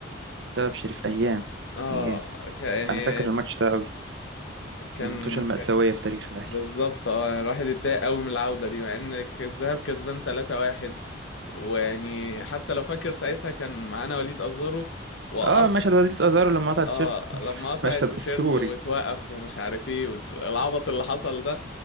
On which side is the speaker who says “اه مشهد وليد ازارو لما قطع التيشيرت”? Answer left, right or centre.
Right